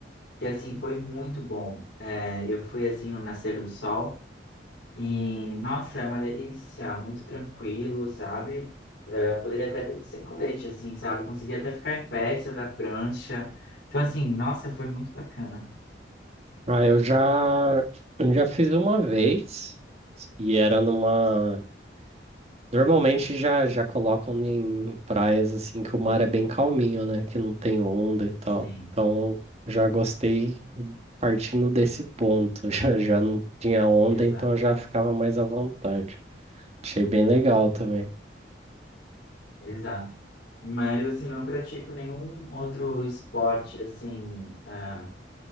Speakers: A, on the left (about 80°); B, on the right (about 35°).
A: que assim, foi muito bom, É, eu fui assim no nascer do sol e, nossa, é uma delícia, muito tranquilo, sabe? É, poderia até ter- ser colete, assim, sabe? Eu Consegui até ficar em pé, em cima da prancha, então assim, nossa, foi muito bacana.
B: Ah, eu já, eu já fiz uma vez e era numa. Normalmente já, já colocam em praias assim que o mar é bem calminho, né? Que não tem onda e
A: Sim,
B: tal. Então já gostei partindo desse ponto. <laughs> Já, já não tinha onda,
A: exato,
B: então já ficava mais à vontade. Achei bem legal também.
A: exato. Mas assim, eu não pratico nenhum outro esporte assim, ah,